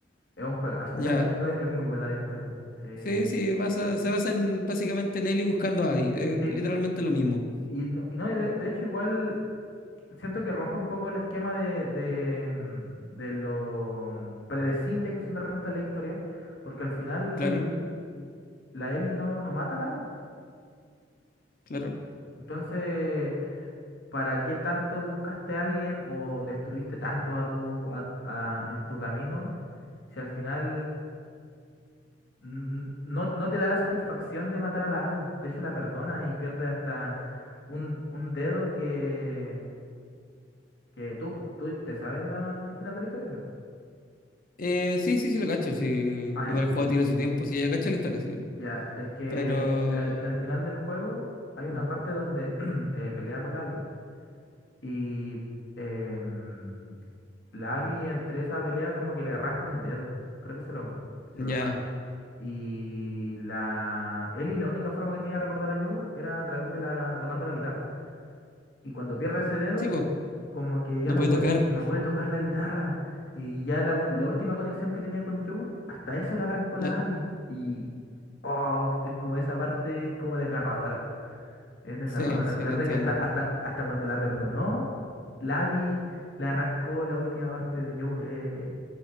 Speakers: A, on the left; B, on the left.
A: Es un juegazo,
B: Ya.
A: o sea, es, es muy buena la historia. Sí.
B: Sí, sí, basa- se basa en, básicamente en Ellie buscando a Abby. eh,
A: Sí,
B: literalmente lo mismo.
A: y no, y no, y de, de hecho igual siento que rompe un poco el esquema de, de, mm, de lo predecible que son de repente la historia, porque al final
B: Claro,
A: la Ellie no, no mata a la Abby.
B: claro.
A: Entonces, ¿para qué tanto buscaste a alguien o destruiste tanto a tu, a- a- en tu camino si al final n- no, no te da la satisfacción de matar a la Abby. De hecho, la perdona y pierde hasta un, un dedo que, que tú, tú te sabes la, el final de la historia, ¿cierto?
B: Eh, sí, sí, sí, lo cacho. Sí.
A: Ah,
B: Igual
A: ya.
B: el juego tiene su tiempo, sí, ya cacho la historia, sí.
A: Ya, es que
B: Pero.
A: el- en el final del juego hay una
B: mm,
A: parte donde <clears throat> eh, pelea con la Abby y em, la Abby entre esa pelea como que le arranca un dedo. Creo que se lo,
B: Ya.
A: se lo saca. Y la Ellie, la única forma que tiene de recordar a Joel era a través de la tocando la guitarra. Y cuando pierde ese dedo,
B: Sí, pues,
A: como que ya
B: no
A: no
B: puede
A: puede,
B: tocar.
A: no puede tocar la guitarra. Y ya la, u- la última conexión que tenía con Joel, hasta eso le arrancó
B: la-
A: la AVI. Y oh, es como esa parte, es como desgarradora. Es desgarradora.
B: Sí, sí,
A: Saber
B: te entiendo.
A: de que hasta, hasta, hasta cuando la perdonó, la AVI le arrancó la última parte de Joel. eh,